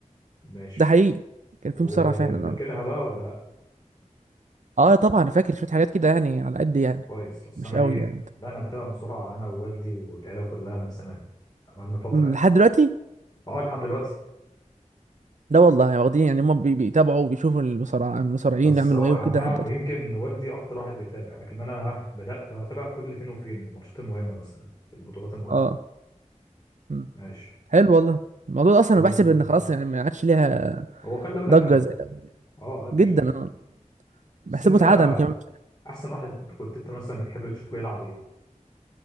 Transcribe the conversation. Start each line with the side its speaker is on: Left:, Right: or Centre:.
Left: ماشي
Right: ده حقيقي كان في
Left: وفاكرها
Right: مصارعة فعلا اه
Left: بقى ولا لا؟
Right: اه طبعا انا فاكر شوية حاجات كده يعني على قد يعني
Left: كويس اصل
Right: مش
Left: انا
Right: قوي
Left: ايه؟
Right: يعني
Left: لا انا بتابع مصارعة انا ووالدي والعيلة كلها من زمان بقالنا فترة
Right: امم
Left: يعني
Right: لحد دلوقتي
Left: اه لحد دلوقتي
Right: لا والله واخدين يعني هم بي- بيتابعوا وبيشوفوا المصارع المصارعين
Left: بس
Right: يعملوا
Left: اه
Right: ايه وكده
Left: يعني انا
Right: لحد دلوقتي
Left: يمكن والدي اكتر واحد بيتابع لكن انا بدات اتابع كل فين وفين الماتشات المهمه مثلا البطولات المهمه
Right: اه امم
Left: ماشي
Right: حلو والله الموضوع ده اصلا
Left: كنت
Right: انا بحسب
Left: آه،
Right: ان خلاص يعني ما عادش ليها
Left: هو خلي بالك
Right: ضجة
Left: قل
Right: زي الاول
Left: اه قل
Right: جدا
Left: شويه
Right: اه بحسبه
Left: بس انت
Right: اتعدم كمان مش-
Left: احسن واحد كنت انت مثلا بتحب تشوفه يلعب ايه